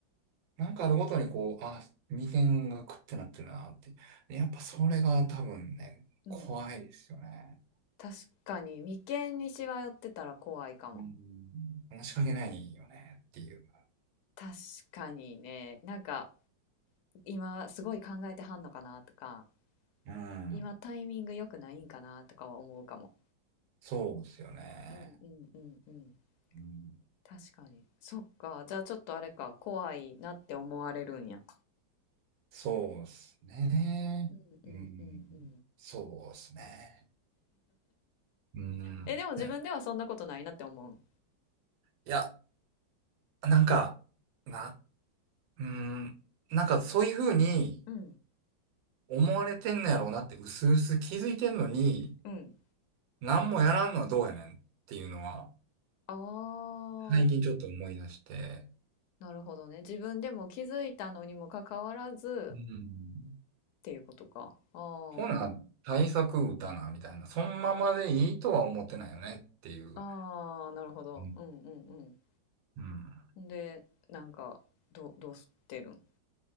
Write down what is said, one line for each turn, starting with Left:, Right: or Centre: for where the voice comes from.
Right: なんかあるごとにこう、あ、眉間がくってなってるなって。でやっぱそれが多分ね、
Left: ー、
Right: 怖いですよね。
Left: うん確かに眉間にしわ寄ってたら怖いかも。
Right: うん。話しかけないよねっていう。
Left: 確かにね、なんか今すごい考えてはんのかなとか、
Right: うん。
Left: 今タイミング良くないんかなとかは思うかも。
Right: そうですよね。
Left: うんうんうんうん。
Right: うん。
Left: 確かに。そっか。じゃあちょっとあれか、怖いなって思われるんや。
Right: そうですね。
Left: うんうんうんうん。
Right: うん。そうですね。うん。
Left: え、でも自分ではそんなことないなって思う。
Right: ねいや、なんか、な、うーん、なんかそういうふうに
Left: うん。
Right: 思われてんのやろうなって、うすうす気づいてんのに、
Left: うん。
Right: 何もやらんのはどうやねんっていうのは、
Left: あ
Right: 最近ちょっと思い出して、
Left: あ、なるほどね。自分でも気づいたのにもかかわらず
Right: うん。
Left: っていうことか。ああ。
Right: ほな、対策打たな、みたいな、そのままでいいとは思ってないよねっていう。
Left: ああ、なるほど。
Right: うん
Left: うんうんうん。
Right: うん
Left: ほんで、なんか、ど、う、どうしてるん